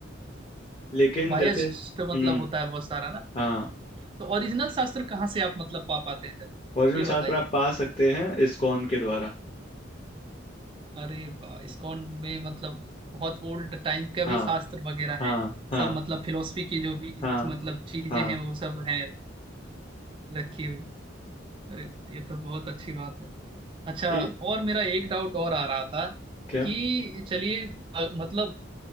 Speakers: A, on the left; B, on the right.
A: लेकिन
B: बायस्ड
A: जैसे हम्म
B: का मतलब होता है बहुत सारा ना
A: हाँ
B: तो ओरिजिनल शास्त्र कहाँ से आप मतलब पा पाते हैं जरा
A: ओरिजिनल
B: ये
A: शास्त्र
B: बताइए
A: आप पा सकते हैं इस्कॉन के द्वारा
B: अरे बा- इस्कॉन में मतलब बहुत ओल्ड टाइम का
A: हाँ
B: भी शास्त्र वगैरह
A: हाँ
B: है
A: हाँ
B: सब मतलब फिलोसफी की जो भी
A: हाँ
B: मतलब चीजें
A: हाँ
B: हैं वो सब हैं रखी हुई अरे ये तो बहुत अच्छी बात है अच्छा
A: ये
B: और मेरा एक डाउट और आ रहा था
A: क्या
B: कि चलिए अ, मतलब